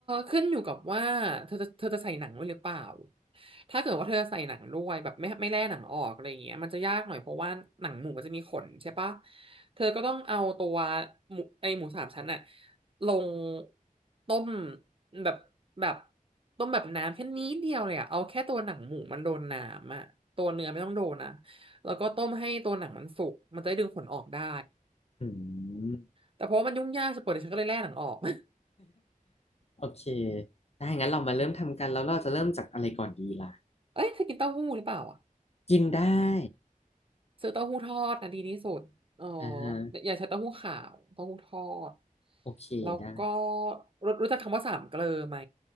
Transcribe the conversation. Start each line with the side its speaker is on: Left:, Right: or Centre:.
Right: ขึ้นอยู่กับว่าเธอจะเธอจะใส่หนังด้วยหรือเปล่าถ้าเกิดว่าเธอใส่หนังด้วยแบบไม่ไม่แล่หนังออกอะไรอย่างเงี้ยมันจะยากหน่อยเพราะว่าหนังหมูมันจะมีขนใช่ปะเธอก็ต้องเอาตัวหมูไอหมูสามชั้นอะลงต้มแบบแบบต้มแบบน้ำแค่นี้เดียวเลยอะเอาแค่ตัวหนังหมูมันโดนน้ำอะตัวเนื้อไม่ต้องโดนนะแล้วก็ต้มให้ตัวหนังมันสุกมันจะได้ดึงขนออกได้
Left: อืม
Right: แต่เพราะว่ามันยุ่งยากสปอยเดี๋ยวฉันก็เลยแล่หนังออก <laughs>
Left: โอเคได้งั้นเรามาเริ่มทำกันแล้วเราจะเริ่มจากอะไรก่อนดีล่ะ
Right: เอ้ยเธอกินเต้าหู้หรือเปล่าอะ
Left: กินได้
Right: ซื้อเต้าหู้ทอดนะดีที่สุดเออ
Left: อ่าฮะ
Right: อย่าใช้เต้าหู้ขาวเต้าหู้ทอด
Left: โอเคได้
Right: แล้วก็รู้รู้จักคำว่าสามเกลอไหม